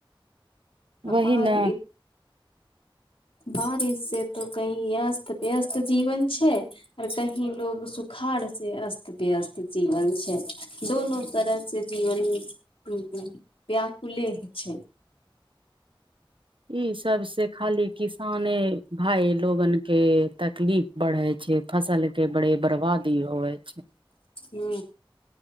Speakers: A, on the left; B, on the right.
A: आ
B: वही
A: भार
B: ने
A: बारिश से त कही अस्त व्यस्त जीवन छैय और कही लोग सुक घर से अस्त-व्यस्त जीवन छै दोनो तरह सँ जीवन हूँ व्यकुले छै।
B: ई सभ से खाली किसाने भाय लोगन के तकलीफ बढ़े छै फसल के बड़े बर्बादी होइ छै।
A: हू